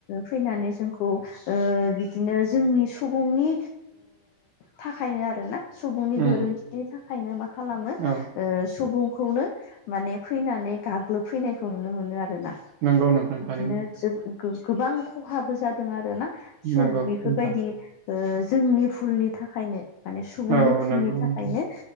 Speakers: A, on the left (about 80°); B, on the right (about 75°).
A: फैनानै जोंखौ बिदिनो जोंनि सुबुंनि थाखायनो आरोना सुबुंनि
B: उम
A: गोरोन्थिनि थाखायनो मा खालामो
B: औ
A: सुबुंखौनो माने फैनानै गाग्लोब फैनायखौ नुनो मोनो आरो ना
B: नंगौ नोंथां
A: बिदिनो
B: थारैनो
A: जबो गोबां खहाबो जादों आरो ना स'
B: नंगौ
A: बेफोरबायदि
B: नोंथां
A: जोंनि फुलनि थाखायनो माने सुबुंनि
B: औ
A: फुलनि
B: नंगौ
A: थाखायनो
B: नोंथां